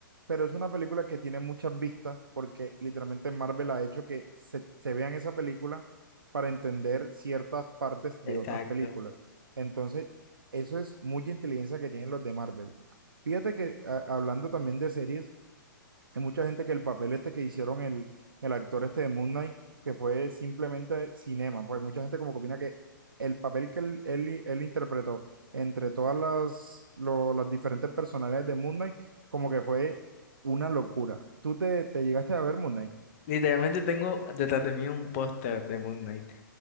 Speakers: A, on the right; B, on the left.
A: Pero es una película que tiene muchas vistas porque literalmente Marvel ha hecho que se, se vean esa película para entender ciertas partes de
B: Exacto.
A: otras películas. Entonces, eso es mucha inteligencia que tienen los de Marvel Fíjate que a- hablando también de series, hay mucha gente que el papel este que hicieron el, el actor este de Moon Knight, que fue simplemente cinema, pues mucha gente como que opina que el papel que él, él, él interpretó entre todas las, lo- las diferentes personalidades de Moon Knight, como que fue una locura. ¿Tú te, te llegaste a ver Moon Knight?
B: Literalmente tengo detrás de mí un póster de Moon Knight.